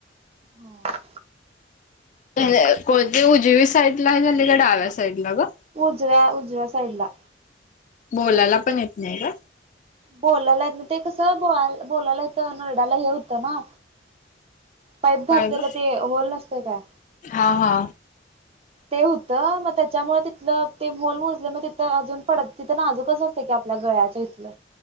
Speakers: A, on the right; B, on the left.
A: हा.
B: क कोणती उजवी साईडला झालेल, डाव्या साईडला गं?
A: उजव्या उजव्या साईडला.
B: बोलायला पण येत नाही का?
A: बोलायला येत नाई ते कसं बोलाय बोलायला हितं नरड्याला हे होतं ना. पाईप
B: काय
A: घातलेलं
B: ग
A: ते होल नसतय काय.
B: हा हा.
A: ते होतं मग त्याच्यामुळ तिथलं ते होल मुजलं मग तिथं अजून पडत तिथं नाजूकस असतय की आप आपल्या गळ्याच्या इथलं,